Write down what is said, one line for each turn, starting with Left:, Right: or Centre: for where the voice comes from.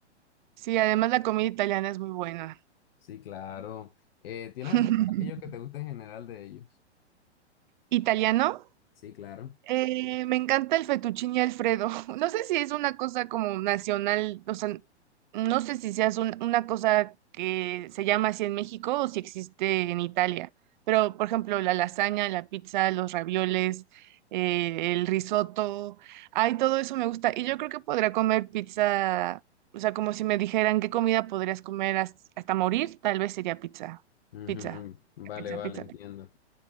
Right: sí, además la comida italiana es muy buena.
Left: Sí, claro. Eh, ¿tienes
Right: <laughs>
Left: algún platillo que te guste en general de ellos?
Right: ¿Italiano?
Left: Sí, claro.
Right: Eh, me encanta el fettuccine Alfredo. <laughs> No sé si es una cosa como nacional, o sea, no sé si sea una cosa que se llama así en México o si existe en Italia. Pero, por ejemplo, la lasaña, la pizza, los ravioles, eh, el risotto, ay, todo eso me gusta. Y yo creo que podría comer pizza, o sea, como si me dijeran qué comida podrías comer has- hasta morir, tal vez sería pizza,
Left: Ujú,
Right: pizza,
Left: Vale,
Right: pizza,
Left: vale,
Right: pizza.
Left: entiendo.